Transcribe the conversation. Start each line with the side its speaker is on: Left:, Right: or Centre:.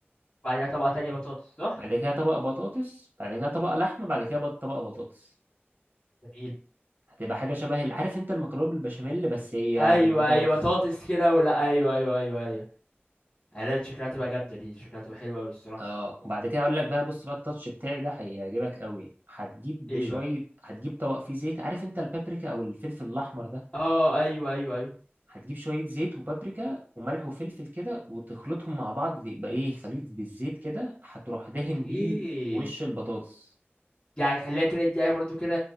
Left: وبعديها طبقه تانية بطاطس صح
Right: بعد كده طبقه بطاطس بعد كده طبقه لحمه بعد كده بط- طبقه بطاطس
Left: جميل
Right: هتبقى حاجه شبه ال- عارف انت المكرونه بالبشاميل بس هي
Left: ايوه
Right: بالبطاطس
Left: ايوه بطاطس كده ولا ايوه ايوه ايوه ايوه انا شكلها تبقى جامده دي شكلها تبقى حلوه قوي الصراحه
Right: اه وبعد كده اقول لك بقى بص بقى التاتش بتاعي ده هيعجبك قوي هتجيب
Left: ايه
Right: شويه
Left: بقى
Right: هتجيب طبق فيه زيت عارف انت البابريكا او الفلفل الاحمر ده
Left: اه ايوه ايوه ايوه
Right: هتجيب شويه زيت وبابريكا وملح وفلفل كده وتخلطهم مع بعض يبقى ايه خليط بالزيت كده هتروح دهن
Left: اوكي
Right: بيه وش البطاطس
Left: يعني خليها كده يديها برضو كده